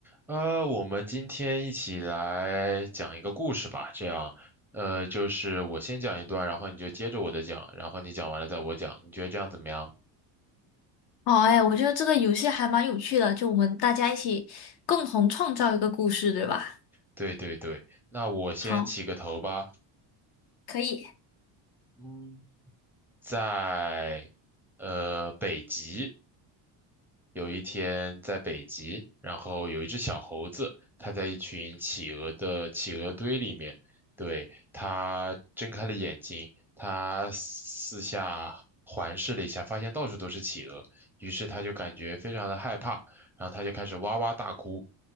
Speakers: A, in the centre; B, on the left (about 55°).
A: 呃，我们今天一起来讲一个故事吧，这样，呃，就是我先讲一段，然后你就接着我的讲，然后你讲完了再我讲，你觉得这样怎么样？
B: 好哎，我觉得这个游戏还蛮有趣的，就我们大家一起共同创造一个故事，对吧？
A: 对对对，那我先起个头吧。
B: 好，可以。
A: 嗯，在呃北极有一天在北极，然后有一只小猴子，它在一群企鹅的企鹅堆里面，对，它睁开了眼睛，它四下环视了一下，发现到处都是企鹅，于是它就感觉非常的害怕，然后它就开始哇哇大哭。